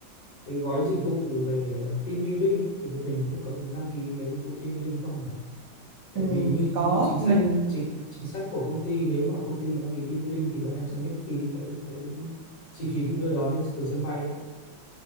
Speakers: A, on the left; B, on the right.
A: cái gói dịch vụ về team building ấy, thì bên mình mới có muốn đăng ký cái dịch vụ team building không nhỉ? Tại
B: Ừm,
A: vì như như
B: có
A: chính sách
B: mình
A: chính chính sách của công ty nếu mà công ty mà đăng ký team building thì bọn em sẽ miễn phí cái cái chi phí đưa đưa đón lên từ sân bay á.